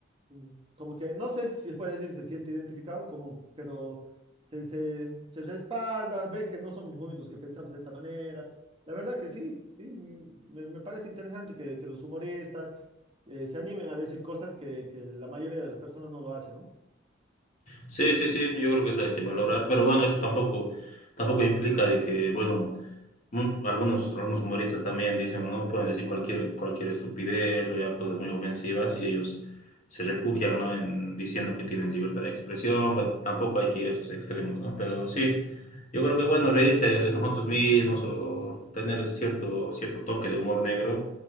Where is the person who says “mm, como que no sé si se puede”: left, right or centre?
Right